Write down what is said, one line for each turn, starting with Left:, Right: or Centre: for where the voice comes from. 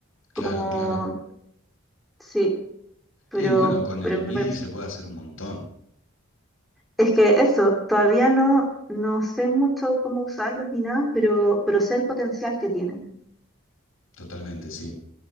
Left: Claro,
Centre: como,
Left: claro.
Centre: sí, pero,
Left: Y bueno, con
Centre: pero
Left: el
Centre: me
Left: MIDI
Centre: parece
Left: se puede hacer un montón.
Centre: Es que eso, todavía no, no sé mucho cómo usarlos ni nada, pero, pero sé el potencial que tienen.
Left: Totalmente, sí.